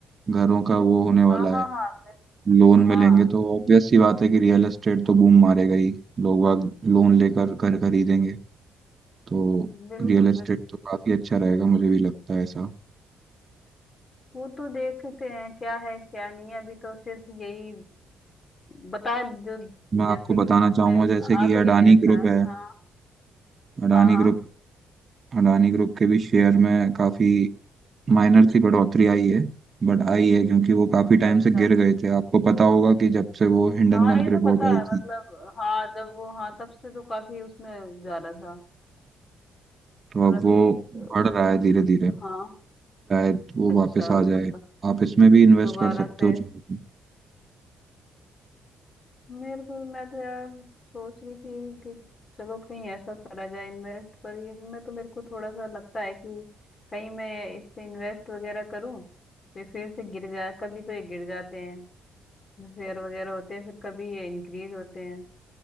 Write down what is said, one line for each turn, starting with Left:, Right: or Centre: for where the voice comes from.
Right: घरों का वो होने वाला
Left: हाँ हाँ
Right: है
Left: हाँ बिल्कुल
Right: लोन मिलेंगे
Left: हाँ
Right: तो ऑब्वियस सी बात है कि रियल एस्टेट तो बूम मारेगा ही लोग बाग लोन लेकर घर खरीदेंगे तो
Left: बिल्कुल
Right: रियल एस्टेट
Left: बिल्कुल
Right: तो काफी अच्छा रहेगा मुझे भी लगता है ऐसा
Left: वो तो देखते हैं क्या है क्या नहीं है अभी तो सिर्फ यही बता जो
Right: मैं आपको
Left: जैसे
Right: बताना
Left: कि न्यूज
Right: चाहूंगा
Left: में
Right: जैसे कि
Left: आ तो
Right: अडानी
Left: यही रखा
Right: ग्रुप
Left: है
Right: है
Left: हाँ
Right: अडानी
Left: हाँ हाँ
Right: ग्रुप अडानी ग्रुप के भी शेयर में काफी माइनर सी बढ़ोतरी आई है बट आई है क्योंकि वो काफी
Left: अच्छा
Right: टाइम
Left: अच्छा
Right: से गिर गए थे आपको पता होगा कि जब से वो हिंडनबर्ग
Left: हाँ ये तो
Right: रिपोर्ट
Left: पता
Right: आई
Left: है
Right: थी
Left: मतलब हाँ जब वो हाँ तब से तो काफी उसमें जा रहा था
Right: तो
Left: पर
Right: अब
Left: अभी
Right: वो
Left: अ,
Right: बढ़ रहा है धीरे धीरे
Left: हाँ
Right: शायद वो
Left: अच्छा
Right: वापस आ
Left: मतलब
Right: जाए आप इसमें
Left: दो-
Right: भी इन्वेस्ट
Left: दोबारा
Right: कर सकते
Left: से
Right: हो चाहो तो
Left: मेरे को मैं तो यार सोच रही थी कि चलो कहीं ऐसा करा जाए इन्वेस्ट पर इनमें तो मेरे को थोड़ा सा लगता है कि कहीं मैं इस पे इन्वेस्ट वगैरह करूं तो ये फिर से गिर जाए कभी तो ये गिर जाते हैं जो शेयर वगैरह होते हैं फिर कभी ये इंक्रीज होते हैं